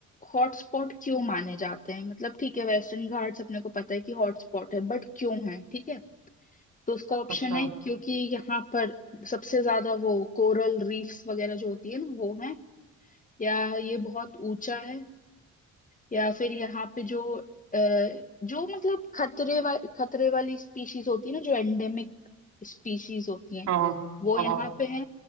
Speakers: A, on the left; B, on the right.
A: हॉटस्पॉट क्यों माने जाते हैं मतलब ठीक है वेस्टर्न घाट्स अपने को पता है कि हॉटस्पॉट है बट क्यों है ठीक है तो उसका ऑप्शन
B: अच्छा
A: है क्योंकि यहाँ पर सबसे ज्यादा वो कोरल रीफ्स वगैरह जो होती है ना वो है या ये बहुत ऊंचा है या फिर यहाँ पे जो अ, जो मतलब खतरे वा, खतरे वाली स्पीशीज होती है ना जो एंडेमिक स्पीशीज होती हैं
B: हाँ हाँ
A: वो
B: हाँ
A: यहाँ
B: हाँ
A: पे हैं